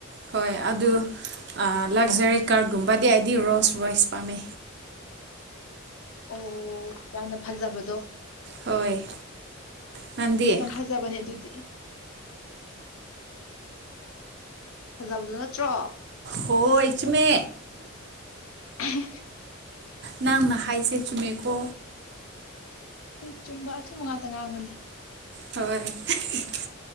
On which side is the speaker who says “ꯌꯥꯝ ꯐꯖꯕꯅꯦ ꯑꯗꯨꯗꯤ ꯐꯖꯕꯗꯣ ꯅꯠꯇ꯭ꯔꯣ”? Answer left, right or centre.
Left